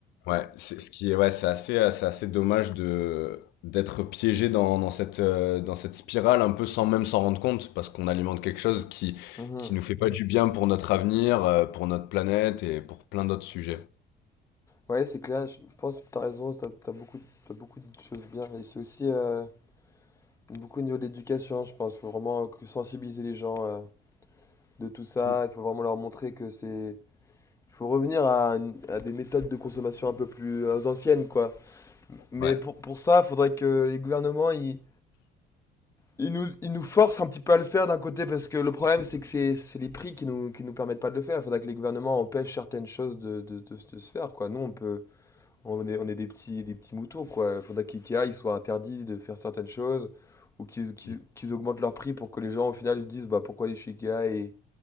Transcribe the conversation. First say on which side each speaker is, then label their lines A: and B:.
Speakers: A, on the left; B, on the left.
A: Ouais, c'est ce qui est ouais, c'est assez euh, c'est assez dommage de d'être piégé dans dans cette euh, dans cette spirale un peu sans même s'en rendre compte parce qu'on alimente quelque chose qui
B: c'est. Mhm.
A: qui nous fait pas du bien pour notre avenir, euh, pour notre planète et pour plein d'autres sujets.
B: Ouais, c'est clair, je je pense que t'as raison, t'as, t'as beaucoup, t'as beaucoup dit de choses bien. Et c'est aussi euh, beaucoup au niveau de l'éducation, je pense. Il Faut vraiment euh, que sensibiliser les gens euh, de tout ça.
A: Mm.
B: Il faut vraiment leur montrer que c'est. Il faut revenir à, une- à des méthodes de consommation un peu plus euh, anciennes, quoi. Mais
A: Ouais.
B: pour, pour ça, il faudrait que les gouvernements, ils, ils nous, ils nous forcent un petit peu à le faire d'un côté, parce que le problème, c'est que c'est, c'est les prix qui nous, qui nous permettent pas de le faire. Il faudrait que les gouvernements empêchent certaines choses de, de, de- de se faire, quoi. Nous, on peut. On est, on est des petits, des petits moutons, quoi. Il faudrait qu'IKEA il soit interdit de faire certaines choses ou qu'ils qu'ils-
A: Mm.
B: qu'ils augmentent leur prix pour que les gens, au final, se disent bah, pourquoi aller chez IKEA et,